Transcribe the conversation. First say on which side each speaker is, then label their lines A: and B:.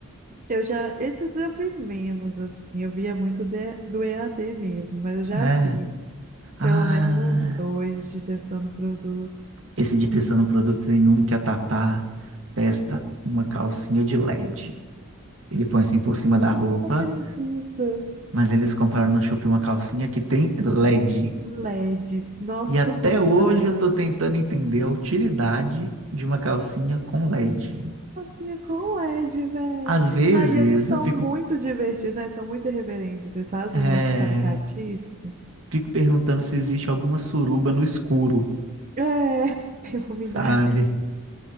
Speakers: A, on the right; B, on the right.
A: Eu já, esses eu vi menos, assim, eu via muito de- do EAD mesmo, mas eu já
B: É.
A: vi
B: Ah,
A: pelo menos uns dois de testando produtos.
B: esse de testando produto tem um que a Tatá testa uma calcinha de LED. Ele põe assim por cima da roupa,
A: Não Acredito.
B: mas eles compraram na Shopee uma calcinha que tem LED.
A: LED. Nossa,
B: E até
A: tudo certo
B: hoje
A: para dar errado.
B: eu tô tentando entender a utilidade de uma calcinha com LED.
A: Amiga, com LED, velho.
B: Às vezes
A: Ai, e eles são
B: eu fico,
A: muito divertidos, né? São muito irreverentes. Eles fazem
B: é,
A: umas caricatices.
B: fico perguntando se existe alguma suruba no escuro
A: É, <laughs> iluminar.
B: sabe?